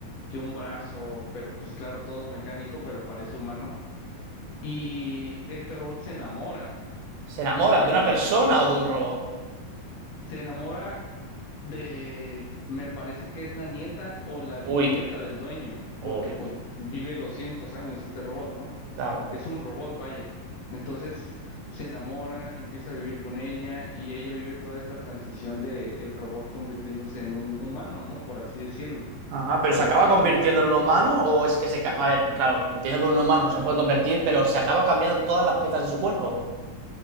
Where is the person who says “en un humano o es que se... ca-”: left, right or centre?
Right